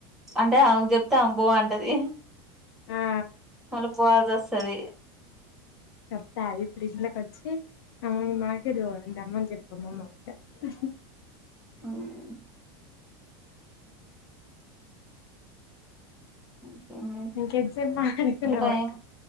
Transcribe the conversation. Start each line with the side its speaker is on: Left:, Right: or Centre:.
Centre: అంటే ఆమెకు చెప్తే ఆమె బోవ అంటది
Left: ఆ
Centre: మళ్ళ పోవాల్సి వస్తది
Left: చెప్తా ఇప్పుడు ఇంట్లోకి వచ్చి అమ్మమ్మ మామిడికాయ తింటా మంచిది అమ్మమ్మ అంటే హు హు
Centre: ఉహ్ ఇంకేం చేస్తా?
Left: ఇంక ఎగ్జామ్ మానుకున్నామాట
Centre: ఇంకా టైం